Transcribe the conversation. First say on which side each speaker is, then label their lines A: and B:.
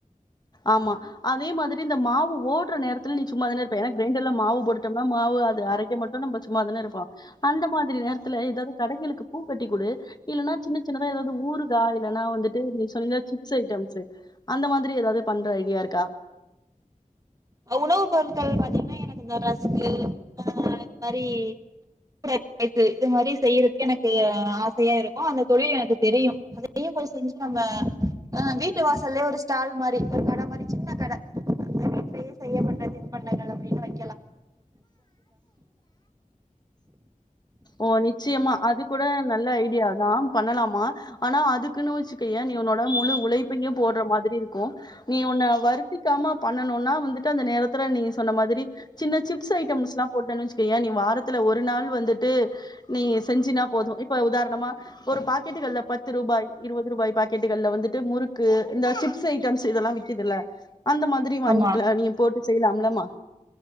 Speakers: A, on the left (about 30°); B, on the right (about 25°).
A: ஆமா அதே மாதிரி இந்த மாவு ஓட் மற்ற நேரத்துல நீ சும்மாதானே இருப்ப எனா கிரைண்டர்ல மாவு போட்டோம்னா மாவு அது அரைக்க மட்டு நம்ப சும்மாதானே இருப்போ அந்த மாதிரி நேரத்துல எதாவது கடைகளுக்கு பூ கட்டி குடு இல்லன்னா சின்ன சின்னதா ஏதாவது ஊறுகா இல்லன்னா வந்துட்டு நீ சொன்னீல சிப் <unintelligible> அந்த மாதி ஏதாது பண்ற ஐடியா இருக்கா
B: அ உணவு பொருக்கள் பாத்தீங்னா எனக்கு இந்த ரசுக்கு ஆஹ் இது மாரி <unintelligible> இது மாரி செய்யறது எனக்கு ஆசையா இருக்கு அந்த தொழில் எனக்கு தெரிய அதையு போய் செஞ்சு நம்ம அஹ் வீட்டு வாசல்லே ஒரு ஸ்டால் மாரி ஒரு கடை மாரி சின்ன கட அந்த வீட்டுலயே செய்யப்பட்ட தின்பண்டங்கள் அப்டின்னு வைக்
A: ஓ நிச்சியமா அது கூட நல்ல ஐடியா நா பண்ணலாமா ஆனா அதுக்குன்னுவச்சு ஏன் நீ உன்னோட முழு உழைப்பையும் போடுற மாதிரி இருக்கும் நீ உன்ன வருத்திக்காம பண்ணனுனா வந்துட்டு அந்த நேரத்துல நீ சொன்ன மாதிரி சின்ன சிப்ஸ் ஐட்டம்ஸ்லா போட்டன்னு வச்சுக்கயே நீ வாரத்துல ஒரு நாள் வந்துட்டு நீ செஞ்சினா போதும் இப்ப உதாரணமா ஒரு பாக்கெட்டுகள்ல பத்து ரூபாய் இருபது ரூபாய் பாக்கட்டுகள்ல வந்துட்டு முறுக்கு இந்த சிப்ஸ் ஐட்டம்ஸ் இதெலாம் விக்குதுல்ல அந்த மாதிரி வாங்கிகலாம்
B: ஆமா
A: நீங்க போட்டு செய்லாம்லமா